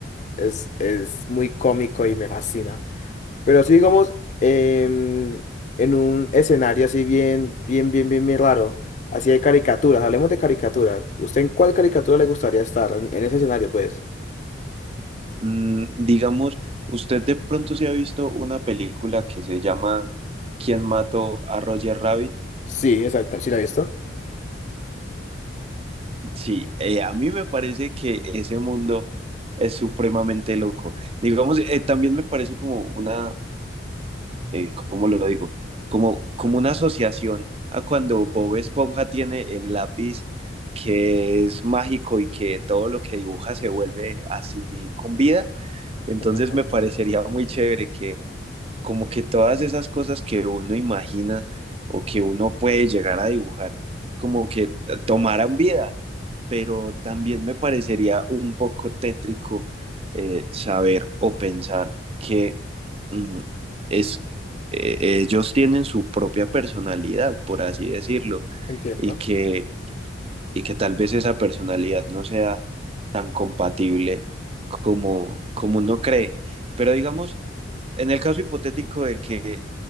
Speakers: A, on the left (about 40°); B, on the right (about 30°).
A: Es, es muy cómico y me fascina. Pero así digamos, em, en un escenario así bien, bien, bien, bien, bien raro, así de caricaturas, hablemos de caricaturas. ¿Usted en cuál caricatura le gustaría estar? En, en ese escenario, pues.
B: Mm, digamos, usted de pronto se ha visto una película que se llama ¿Quién mató a Roger Rabbit?
A: Sí, exacto, ¿sí la ha visto?
B: Sí, eh, a mí me parece que ese mundo es supremamente loco. Digamos, eh, también me parece como una, eh, ¿cómo lo digo? Como, como una asociación a cuando Bob Esponja tiene el lápiz que es mágico y que todo lo que dibuja se vuelve así con vida. Entonces
A: Ujú,
B: me parecería muy chévere que como que todas esas cosas que uno imagina o que uno puede llegar a dibujar, como que tomaran vida, pero también me parecería un poco tétrico eh, saber o pensar que mm, es, eh, ellos tienen su propia personalidad, por así decirlo,
A: Entiendo.
B: y que, y que tal vez esa personalidad no sea tan compatible como, como uno cree. Pero digamos, en el caso hipotético de que